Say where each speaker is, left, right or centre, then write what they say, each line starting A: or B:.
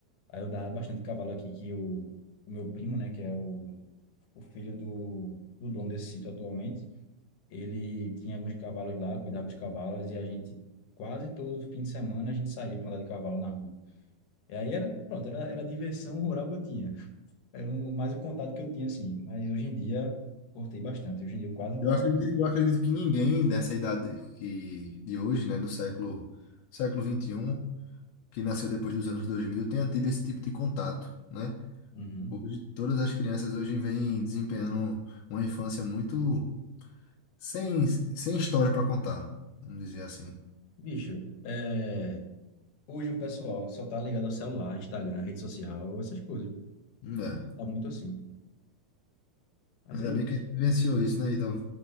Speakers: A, on the left; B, on the left.
A: Aí eu dava bastante de cavalo aqui, que o, o meu primo, né? Que é o, o filho do, do dono desse sítio atualmente, Ele tinha alguns cavalos lá, cuidava dos cavalos, e a gente, quase todo fim de semana, a gente saía para andar de cavalo na rua. E aí era, pronto, era, era a diversão rural que eu tinha. Era o, mais o contato que eu tinha, assim. Mas hoje em dia, cortei bastante. Hoje em dia eu quase não
B: eu
A: faço.
B: acredito, eu acredito que ninguém dessa idade que, de hoje, né, do século século 21 que nasceu depois dos anos 2000 tenha tido esse tipo de contato, né?
A: Uhum.
B: Hoje, todas as crianças hoje vêm desempenhando uma infância muito sem, sem história para contar, vamos dizer assim.
A: Bicho, é... hoje o pessoal só tá ligado ao celular, Instagram, rede social, essas coisas.
B: É.
A: Tá muito assim. Mas
B: Ainda
A: é isso.
B: bem que a gente vivenciou isso, né, então?